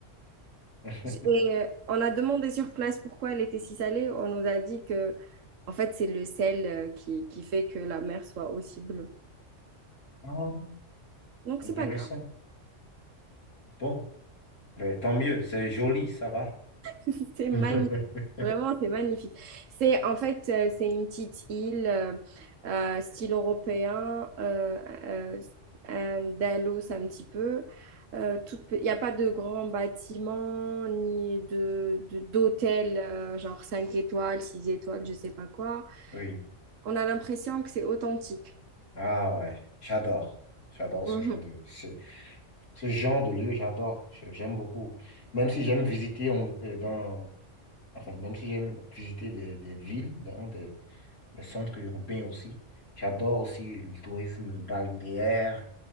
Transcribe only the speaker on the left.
<laughs>
Ah,
intéressant.
Bon, ben, tant mieux, c'est joli, ça va.
<laughs>
Oui.
Ah ouais, j'adore. J'adore
ce genre de, ce, ce genre de lieu, j'adore. Je- J'aime beaucoup. Même si j'aime visiter on- euh, dans, enfin, même si j'aime visiter des, des villes, dans des, des centres urbains aussi. J'adore aussi le tourisme balnéaire.